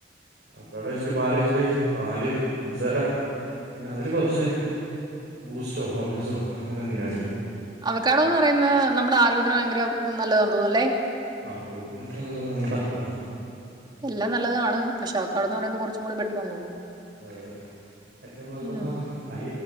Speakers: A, on the right; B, on the right.
A: അവകടോ വെച്ചിട്ട് പാല് ഒഴിച്ചിട്ട് പാൽ പഞ്ചാര പിന്നെ അതില് കൊറച്ച് ബൂസ്റ്റോ ഹോർളിക്‌സോ അങ്ങനെ എന്തെങ്കിലും ആഡ് ചെയ്യും
B: അവക്കാടോന്ന് പറയുന്നെ നമ്മുടെ ആരോഗ്യത്തിന് ഭയങ്കര നല്ലതാ പോലെ
A: ആ ഫ്രൂട്ടിൽ ഏറ്റവും നല്ല സാധനം അല്ലെ അവകാടോ
B: എല്ലാം നല്ലതാണ് പക്ഷെ അവക്കാടോന്ന് പറയുന്നത് കുറച്ചും കൂടി ബെറ്ററാന്ന് തോനുന്നു
A: ഏഹ്, ഏറ്റവും നല്ല
B: ഉം
A: സാധനം
B: ഉം
A: ഹൈ